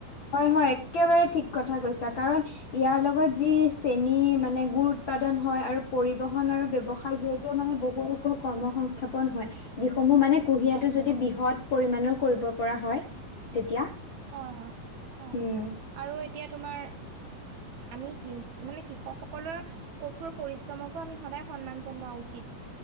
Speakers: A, on the left; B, on the right.
A: হয়-হয় একেবাৰে ঠিক কথা কৈছা কাৰণ ইয়াৰ লগত যি চেনী মানে গুড় উৎপাদন হয় আৰু পৰিবহন আৰু ব্যৱসায় যিহেতু মানে বহু লোকৰ কৰ্ম সংস্থাপন হয়। যিসমূহ মানে কুঁহিয়াটো
B: হয় হয়
A: যদি বৃহৎ পৰিমমানণৰ কৰিব পৰা হয়, তেতিয়া।
B: হয়-হয় অ',
A: উম
B: আৰু এতিয়া তোমাৰ আমি <unintelligible> মানে কৃষকসকলৰ কঠোৰ পৰিশ্ৰমকো আমি সদায় সন্মান জনোৱা উচিত।